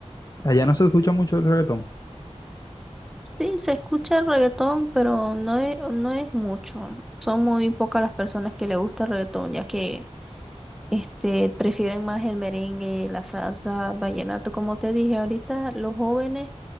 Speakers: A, on the left; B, in the centre.
A: Allá no se escucha mucho el reggaetón.
B: Sí, se escucha el reggaetón, pero no es, no es mucho. Son muy pocas las personas que le gusta el reggaetón, ya que este, prefieren más el merengue, la salsa, el vallenato. Como te dije, ahorita los jóvenes